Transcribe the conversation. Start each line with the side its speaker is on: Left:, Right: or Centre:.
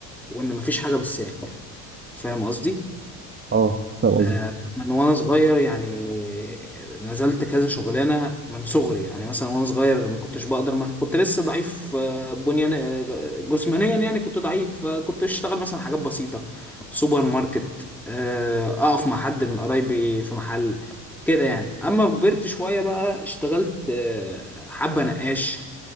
Centre: وان مفيش حاجه بالسهل فاهم قصدي
Right: اه فاهم قصدك
Centre: آه، من وانا صغير يعني نزلت كذا شغلانه من صغري يعني مثلا وانا صغير ما كنتش بقدر ما كنت لسه ضعيف آه، بنيان آه، جسمانيا يعني كنت ضعيف آه، كنت اشتغل مثلا حاجات بسيطه سوبر ماركت آه، اقف مع حد من قرايبي في محل كده يعني اما كبرت شويه بقى اشتغلت آه، حبه نقاش